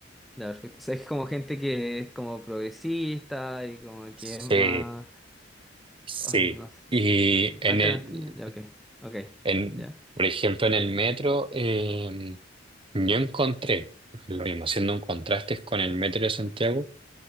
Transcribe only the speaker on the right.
Sí,
Sí,
y
en
el,
en,
por ejemplo, en el metro, eh, yo encontré, lo mismo, haciendo un contraste con el metro de Santiago,